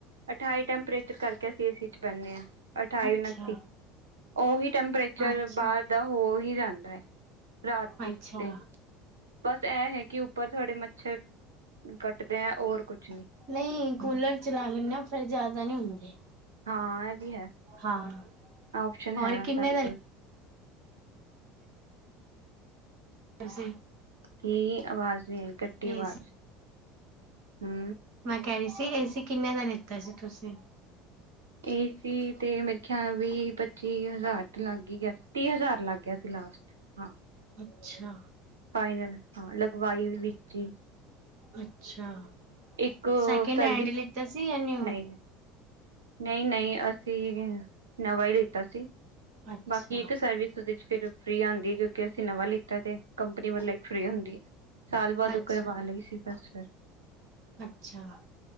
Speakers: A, on the right (about 75°); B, on the right (about 55°).
A: ਅਠਾਈ ਟੈਂਪਰੇਚਰ ਕਰਕੇ ਅਸੀਂ ਏ ਸੀ ਚ ਬੰਨੇ ਹਾਂ, ਅਠਾਈ
B: ਅੱਛਾ
A: ਉਨੱਤੀ ਉਹੀ ਟੈਂਪਰੇਚਰ
B: ਅੱਛਾ
A: ਬਾਹਰ ਦਾ ਹੋ ਹੀ ਜਾਂਦਾ ਹੈ ਰਾਤੀ
B: ਅੱਛਾ
A: ਤੇ ਬਸ ਇਹ ਹੈ ਕਿ ਉੱਪਰ ਥੋੜੇ ਮੱਛਰ ਕੱਟਦੇ ਹੈ, ਹੋਰ ਕੁਛ ਨਹੀਂ
B: ਨਹੀਂ ਕੂਲਰ ਚਲਾ ਲੈਂਨੇ ਆ, ਫਿਰ ਜ਼ਿਆਦਾ ਨਹੀਂ ਹੁੰਦੇ
A: ਹਾਂ ਇਹ ਵੀ ਹੈ,
B: ਹਾਂ
A: ਆਪਸ਼ਨ
B: ਹੋਰ
A: ਹੈ
B: ਕਿੰਨੇ
A: ਸਾਡੇ
B: ਦਾ
A: ਕੋਲ
B: ਅਸੀ
A: ਕੀ ਆਵਾਜ਼ ਨਹੀਂ ਆ, ਕੱਟੀ ਅਵਾਜ਼,
B: ਏਸੀ
A: ਹੂ
B: ਮੈਂ ਕਹਿ ਰਹੀ ਸੀ, ਏ ਸੀ ਕਿੰਨੇ ਦਾ ਲਿੱਤਾ ਸੀ ਤੁਸੀਂ।
A: ਏ ਸੀ ਤੇ ਮੇਰੇ ਖਿਆਲ ਵੀ ਪੱਚੀ ਹਜ਼ਾਰ ਤੋਂ ਲੱਗ ਹੀ ਗਿਆ ਸੀ, ਤੀਹ ਹਜ਼ਾਰ ਲੱਗ ਗਿਆ ਸੀ ਲਾਸਟ। ਹਾਂ
B: ਅੱਛਾ
A: ਫਾਈਨਲ, ਹਾਂ ਲਗਵਾਈ ਵੀ ਵਿੱਚੇ।
B: ਅੱਛਾ,
A: ਇੱਕ
B: ਸੈਕਿੰਡ
A: ਸਰਵਿਸ
B: ਹੈਂਡ ਲਿੱਤਾ ਸੀ, ਯਾ ਨਿਊ।
A: ਨਹੀਂ ਨਹੀਂ ਨਹੀਂ ਨਹੀਂ, ਅਸੀਂ ਨਵਾਂ ਹੀ ਲਿੱਤਾ ਸੀ।
B: ਅੱਛਾ
A: ਬਾਕੀ ਇੱਕ ਸਰਵਿਸ ਉਹਦੇ ਚ ਫਿਰ ਫ੍ਰੀ ਆਉਂਦੀ ਹੈ, ਕਿਉਂਕਿ ਅਸੀਂ ਨਵਾਂ ਲਿੱਤਾ ਤੇ ਕੰਪਨੀ ਵੱਲੋਂ ਇੱਕ ਫ੍ਰੀ ਹੁੰਦੀ ਐ, ਸਾਲ ਬਾਅਦ
B: ਅੱਛਾ
A: ਉਹ ਕਰਵਾ ਲਈ ਸੀ ਫਿਰ
B: ਅੱਛਾ